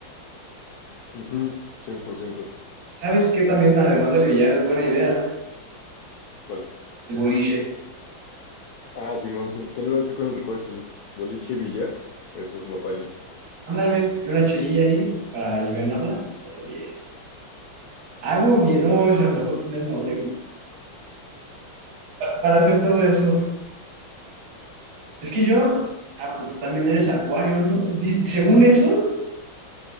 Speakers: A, on the left; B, on the right.
A: Ujú, cien por ciento.
B: ¿Sabes qué también, además del billar, es buena idea?
A: ¿Cuál?
B: El boliche.
A: Ah, Simón, sí, te lo iba a decir con el recorcholis. Boliche y billar, esos no fallan.
B: Ándale, y una chelilla ahí para alivianarla, todo bien. Hago bien, no, se me antojó tener novia ahorita. para hacer todo eso. Es que yo, ah, pues tú también eres acuario, ¿no? Di- según eso,